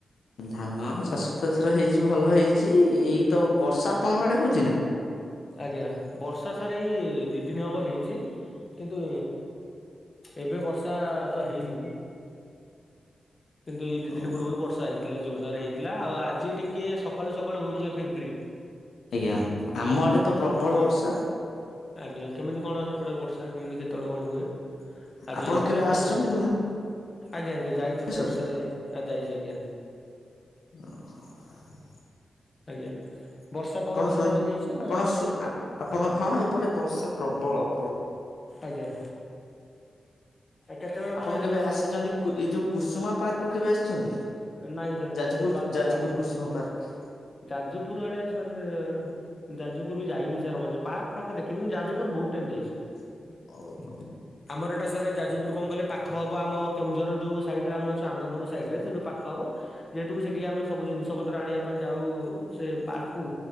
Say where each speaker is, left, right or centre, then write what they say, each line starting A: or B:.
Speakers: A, on the left; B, on the left.
A: ଧାନ ଚାଷ ଏଥର ହେଇଛି ଭଲ ହେଇଛି ଏଇତ ବର୍ଷା ଆପଣଙ୍କ ଆଡେ ହଉଛି ନାଁ?
B: ଆଜ୍ଞା ବର୍ଷା ସାରେ ଏଇ ଦୁଇ ଦିନ ହେବ ହେଇଛି କିନ୍ତୁ ଏବେ ବର୍ଷା ତ ହେଇନି। କିନ୍ତୁ ଏଇ ଦି
A: ହଉ
B: ଦିନ ପୂର୍ବରୁ ବର୍ଷା ହେଇଥିଲା ଜୋରଦାର ହେଇଥିଲା ଆଉ ଆଜି ଟିକେ ସକାଳୁ ସକାଳୁ ହଉଥିଲା ଫିରି ଫିରି
A: ଆଜ୍ଞା ଆମ ଆଡେ ତ ପ୍ରବଳ ବର୍ଷା।
B: ଆଜ୍ଞା କେମିତି କଣ ସେପଟେ ବର୍ଷା କେମିତି କେତେବେଳେ କଣ ହୁଏ ଆଜି
A: ଆପଣ
B: ହେଇଥିଲା
A: କେବେ
B: ନା?
A: ଆସିଛନ୍ତି
B: ଆଜ୍ଞା ଆଜ୍ଞା ଯାଇଛି
A: ଭୁବନେଶ୍ଵର
B: ଯାଇଛି ସାରେ ଯାଇଛି ଆଜ୍ଞା।
A: ଓହୋ <inaudible>
B: ଆଜ୍ଞା ବର୍ଷା କଣ
A: ଶୁଣି
B: ସେପଟେ ହେଇଛି
A: ଆପଣ
B: ନାଁ?
A: ସୁ ଆପଣ ହଁ ଏପଟେ ବର୍ଷା ପ୍ରବଳ ପ୍ର
B: ଆଜ୍ଞା। କେତେବେଳେ
A: ଆପଣ
B: କଣ ଆଜ୍ଞା
A: କେବେ
B: ବର୍ଷା
A: ଆସିଛନ୍ତି ଏଇ ଯୋଉ କୁସୁମା ପାର୍କକୁ କେବେ ଆସିଛନ୍ତି?
B: ନାଇଁ ସାର୍ କୁସୁମ
A: ଯାଜପୁର
B: ପାର୍କ ମୁଁ
A: ଯାଜପୁର
B: ଜାଣିନି।
A: କୁସୁମା ପାର୍କ।
B: ଯାଜପୁର ଆଡେ ସାରେ ଯାଜପୁର ବି ଯାଇନି ସାରେ ପାର୍କ ଫାର୍କ ଦେଖିନି କିନ୍ତୁ ଯାଜପୁର ବହୁତ୍ ଟାଇମ୍ ଯାଇଛି।
A: <unintelligible>
B: <inaudible> ଆମର ଏଇଟା ସାରେ ଯାଜପୁର କଣ କହିଲେ ପାଖ ହବ ଆମ କେଉଁଝର ଯୋଉ ସାଇଟିରେ ଆମ ଅଛୁ ଆନନ୍ଦ ପୁର ସାଇଟିରେ ସେଠୁ ପାଖ ଖ ହେବ ଯେ ତୁ ସେଠିକି ଆମେ ସବୁ ଜିନିଷ ପତ୍ର ଆଣିବା ପାଇଁ ଯାଉ ସେ ପାର୍କକୁ